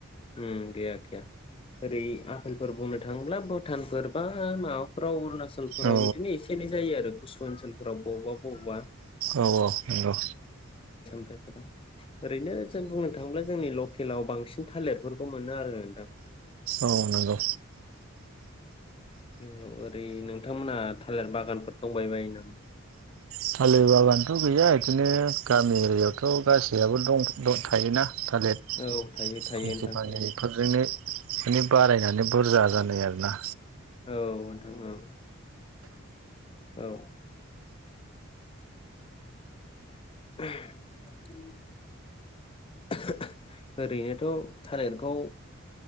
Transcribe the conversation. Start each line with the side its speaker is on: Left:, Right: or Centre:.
Left: ओम गैया गैया ओरै आफेलफोर बुंनो थाङोब्ला भुटानफोर बा माबाफ्राव अुरुणा सलफोराव
Right: औ
Left: इदिनो एसे एनै जायो आरो गुसु ओनसोलफोराव बबावबा बबावबा
Right: औ औ नंगौ।
Left: <unintelligible> ओरैनो जों बुंनो थाङोब्ला जोंनि लकेलाव बांसिन थालिरफोरखौ मोनो आरो नोंथां
Right: औ नोंगौ
Left: औ ओरै नोंथांमोनहा थालिर बागानफोर दंबाय बायो नामा?
Right: थालिर बागानथ गैया बिदिनो गामि एरियायावथ गासैयाबबो दं? द‌ थायोना थालिर फांसे
Left: औ थायो थायो नोंथां
Right: फांनै
Left: थायो
Right: बेफोरजोंनो बेफोरनो बारायनानै बुरजा जानाय आरो। ना
Left: औ नोंथां औ। औ। <unintelligible> <unintelligible> ओरैनोथ थालिरखौ